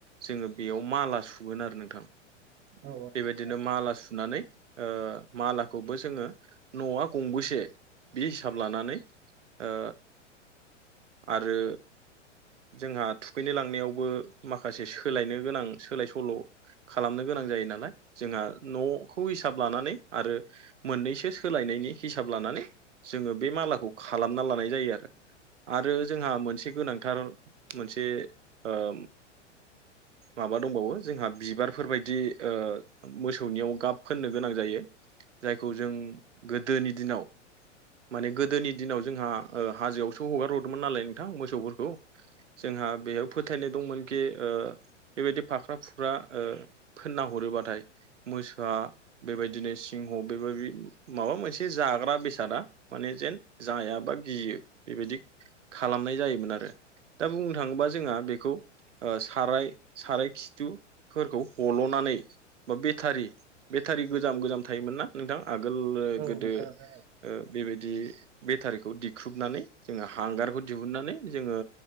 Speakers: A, on the right (about 75°); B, on the right (about 25°).
A: जोङो बेयाव माला सुगोन आरो नोंथां।
B: औ
A: बेबायदिनो माला सुनानै ओ मालाखौबो जोङो न'आ गंबेसे बे हिसाब लानानै ओ आरो जोंहा थुखैनो लांनायावबो माखासे सोलायनो गोनां सोलाय सोल' खालामनो गोनां जायो नालाय जोंहा न'खौ हिसाब लानानै आरो मोननैसो सोलायनो हिसाब लानानै जोङो बे मालाखौ खालामना लानाय जायो आरो आरो जोंहा मोनसे गोनांथार मोनसे ओम माबा दंबावो जोंहा बिबारफोरबायायदि ओ मोसौनियाव गाब फोननो गोनां जायो। जायखौ जों गोदोनि दिनाव माने गोदोनि दिनाव जोंहा ओ हाजोआवसो हगारहरदोंमोन नालाय नोंथां मोसौफोरखौ जोंहा बेयाव फोथायनाय दंमोनखि ओ बेबायदि फाख्रा फुख्रा ओ फोनना हरोबाथाय मोसा बेबायदिनो सिंह बेबायदि माबा मोनसे जाग्रा बेसादा माने जेन जाया बा गियो बेबायदि खालामनाय जायोमोन आरो दा बुंनो थाङोबा जोंहा बेखौ साराय साराय खिथुफोरखौ हल'नानै बा बेटारि बेटारि गोजाम गोजाम थायोमोन ना नोंथां। आगोलो गोदो
B: औ नोंथां औ नंगौ नोंथां
A: बेबाय दि बेटारिखौ दिख्रुबनानै जोङो हांगारखौ दिहुननानै जोङो